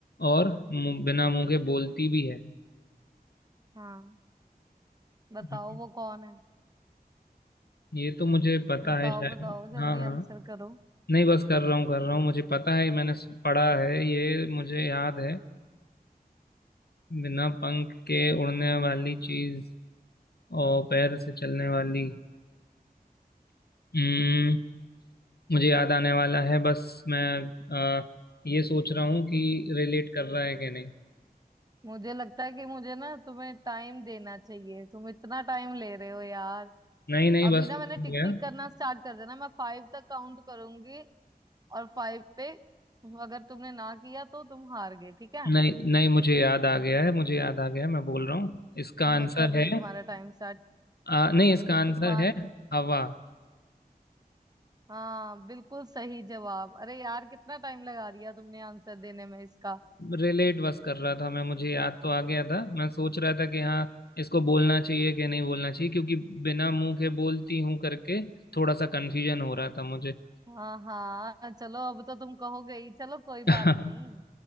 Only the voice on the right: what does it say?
हाँ बताओ
वो कौन है
बताओ
बताओ जल्दी
आंसर करो
मुझे लगता है कि मुझे ना तुम्हें टाइम देना चाहिए तुम इतना टाइम ले रहे हो यार
अभी
ना
मैंने टिक
टिक करना स्टार्ट कर देना मैं फाइव तक काउंट करूंगी और फाइव पे अगर तुमने ना किया तो तुम हार गए ठीक है
मैं
कर रही
हूँ तुम्हारा टाइम स्टार्ट
टिक
टिक वन
हाँ बिल्कुल सही जवाब अरे यार कितना टाइम लगा दिया तुमने आंसर देने में इसका
हाँ हाँ चलो अब तो तुम कहोगे ही चलो कोई
बात नहीं